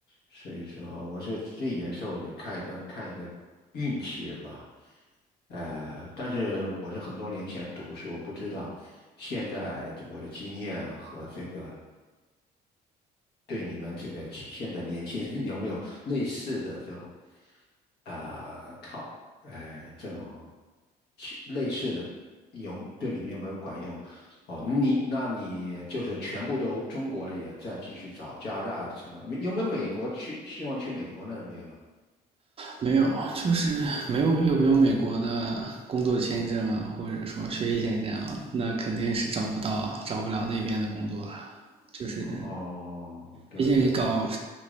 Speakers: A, on the left; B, on the right.
A: 所以说，我说这有时候也看一个看一个运气吧。呃，但是我是很多年前读，书，我不知道现在我的经验和这个对你们这个其现在年轻人 <laughs> 有没有类似的这种啊、考，呃，这种类的有对你们有没有管用？哦，你那你就是全部都中国的也在继续找加拿大的现在，没有没有美国去希望去美国那边了？
B: 没有，就是没有有没有美国的工作签证啊，或者说学习签证啊，那肯定是找不到，找不了那边的工作啊。就是，
A: 哦，对对对，
B: 毕竟你搞，